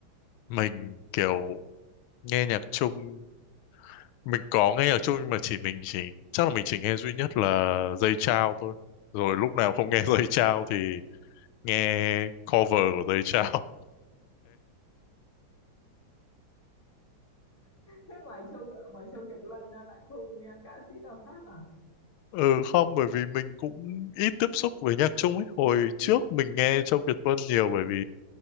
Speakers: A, on the left; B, on the left.
A: mình kiểu nghe nhạc chung mình có nghe nhạc chung nhưng mà chỉ mình chỉ chắc là mình chỉ nghe duy nhất là Dây Chao thôi rồi lúc nào không nghe <laughs> Dây Chao thì nghe cover của Dây Chao
B: thế ngoài Châu ngoài Châu Kiệt Luân ra bạn không nghe ca sĩ nào khác à
A: Ừ không bởi vì mình cũng ít tiếp xúc với nhạc Trung ấy hồi trước mình nghe Châu Kiệt Luân nhiều bởi vì